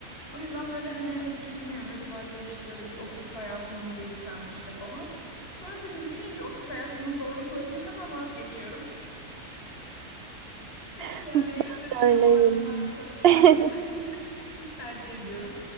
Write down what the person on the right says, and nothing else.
<laughs>
Öyleyim.
<laughs>